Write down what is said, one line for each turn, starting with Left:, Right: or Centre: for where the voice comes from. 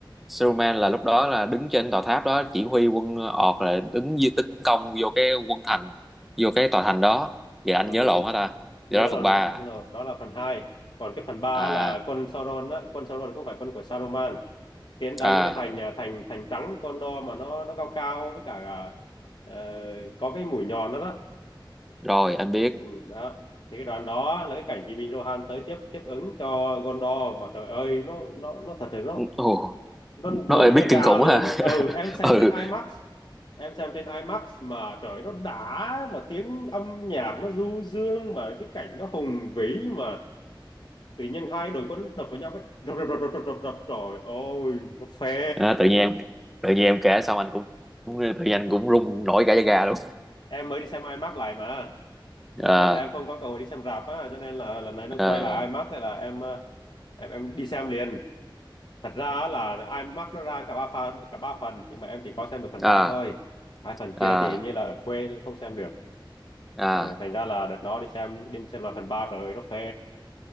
Centre: Saruman
Left: không.
Centre: là lúc đó là đứng trên tòa tháp đó chỉ huy quân ọt là đứng di- tấn công vô cái quân thành vô cái tòa thành đó vậy anh
Left: ừ.
Centre: nhớ lộn hả ta
Left: nhớ
Centre: vậy đó là phần
Left: là
Centre: ba à
Left: nhớ là đó là phần hai còn cái phần ba
Centre: à
Left: là quân Sauron á quân Sauron không phải quân của Saruman tiến đánh
Centre: à,
Left: cái thành à, thành thành trắng của Gondor mà nó nó cao cao với cả à, ờ, có cái mũi nhọn đó đó
Centre: rồi anh biết
Left: ừ, đó thì cái đoạn đó là cái cảnh Kỳ Bình Rohan tới tiếp tiếp ứng cho Gondor mà trời ơi nó nó nó thật là nó
Centre: Ồ,
Left: nó
Centre: nó
Left: nổi
Centre: ơi biết
Left: da gà
Centre: kinh khủng
Left: luôn
Centre: ha
Left: á ừ
Centre: <laughs>
Left: em xem
Centre: ừ
Left: trên IMAX em xem trên IMAX mà trời nó đã mà tiếng âm nhạc nó du dương mà cái cảnh nó hùng vĩ mà tự nhiên hai đội quân đập vào nhau cái đập đập đập đập đập đập đập trời ơi nó phê
Centre: à, tự nhiên em tự nhiên em kể xong anh cũng cũng- tự nhiên anh cũng run nổi cả da gà luôn
Left: <laughs> em mới đi xem IMAX lại mà
Centre: <laughs>
Left: hồi
Centre: à
Left: trước là em không có cơ hội đi xem rạp á cho nên là lần này nó
Centre: à
Left: quay lại IMAX thế là em ờ, em em đi xem liền thật ra á là IMAX nó ra cả ba phần cả ba phần nhưng mà em chỉ có xem được phần
Centre: à
Left: 3 thôi hai phần kia
Centre: à
Left: thì hình như là ở quê nên không xem được
Centre: à
Left: Ờ, thành ra là đợt nó đi xem đi xem lại phần 3 rồi nó phê